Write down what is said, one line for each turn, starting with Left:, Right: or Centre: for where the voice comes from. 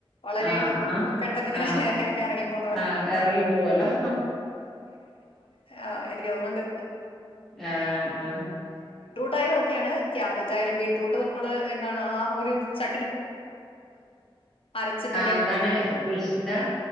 Left: വളരെ
Centre: ആ ആ
Left: പെട്ടെന്നിങ്ങനെ
Centre: ആ
Left: ഇറങ്ങി പോകുന്ന പോലെ
Centre: ആ എറങ്ങി പോവല്ലോ
Left: ആ എനിക്ക് അതുകൊണ്ട്
Centre: അ ആ
Left: ട്ടായാലും ഓക്കെയാണ് ക്യാരറ്റ് ആയാലും ബീട്രൂട്ട് നമ്മള് എന്താണ് ആ ഒര് ച അരച്ചിട്ടൊക്കെ
Centre: ആ ന്താണ് പുളിച്ചിന്താ